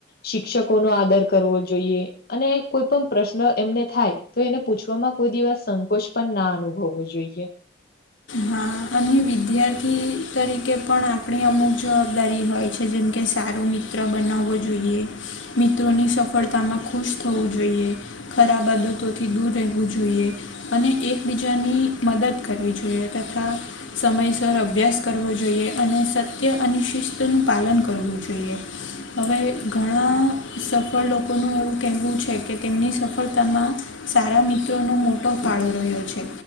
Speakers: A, on the left; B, on the left.
A: શિક્ષકોનો આદર કરવો જોઈએ. અને કોઈ પણ પ્રશ્ન એમને થાય તો એને પૂછવામાં કોઈ દિવસ સંકોચ પણ ના અનુભવવો જોઈએ.
B: હા અને વિદ્યાર્થી તરીકે પણ આપણી અમુક જવાબદારી હોય. છે જેમ કે સારો મિત્ર બનાવવો જોઈએ. મિત્રોની સફળતામાં ખુશ થવું જોઈએ. ખરાબ આદતોથી દૂર રહેવું જોઈએ અને એકબીજાની મદદ કરવી જોઈએ. તથા સમયસર અભ્યાસ કરવો જોઈએ અને સત્ય અને શિસ્તનું પાલન કરવું જોઈએ. હવે ઘણા સફળ લોકોનું એવું કહેવું છે કે તેમની સફળતામાં સારા મિત્રોનો મોટો ફાળો રહ્યો છે.